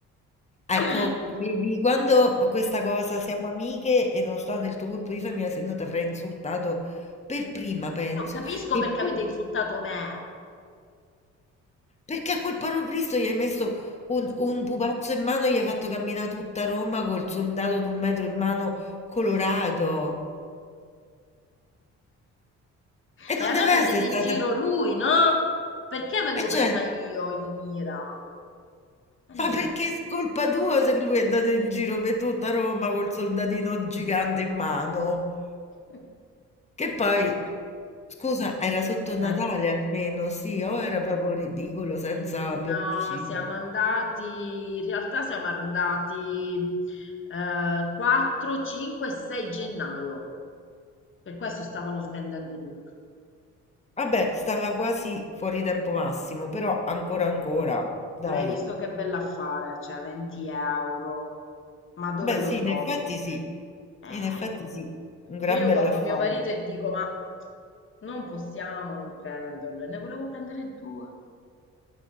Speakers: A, on the left; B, on the left.
A: Ecco,
B: <laughs>
A: vedi, quando questa cosa siamo amiche e non sto nel tuo gruppo di famiglia, se no ti avrei insultato per prima, penso.
B: E non capisco
A: Eppure,
B: perché avete insultato me.
A: Perché a quel Parocristo gli hai messo un, un pupazzo in mano e gli hai fatto camminare tutta Roma col soldato d'un metro in mano colorato. E
B: E
A: non
B: allora
A: deve
B: prendete
A: essere
B: in
A: stata...
B: giro lui, no? Perché vengo
A: E
B: presa
A: cioè,
B: io di mira? E
A: ma
B: non
A: perché
B: capisco.
A: è colpa tua se lui è andato in giro per tutta Roma col soldatino gigante in mano?
B: <laughs>
A: Che poi, scusa, era sotto Natale
B: Eh,
A: almeno, sì, o era proprio ridicolo senza
B: No,
A: via d'uscita.
B: siamo andati, in realtà siamo andati eh, 4, 5 e 6 gennaio, per questo stavano svendendo tutto.
A: Vabbè, stava quasi fuori tempo massimo, però ancora
B: Sì.
A: ancora, dai.
B: Però hai visto che bell'affare, cioè 20 euro, ma dove
A: Beh,
B: lo
A: sì,
B: trovi?
A: in effetti sì.
B: Eh.
A: In effetti sì, un gran
B: Che io
A: bell'affare.
B: guardo mio marito e dico, ma non possiamo non prenderlo. E ne volevo prendere due.